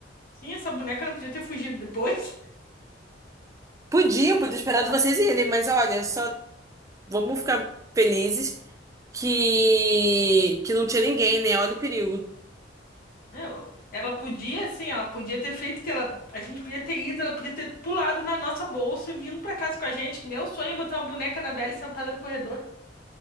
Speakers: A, on the left; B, on the right.
A: Sim, essa boneca não podia ter fugido depois.
B: Podia, podia esperar de vocês irem, mas olha, só vamos ficar felizes que que não tinha ninguém, né? Olha o perigo.
A: Não, ela podia, assim, ela podia ter feito que ela, a gente podia ter ido, ela podia ter pulado na nossa bolsa e vindo pra casa com a gente. que Meu sonho é botar uma boneca da Belle sentada no corredor.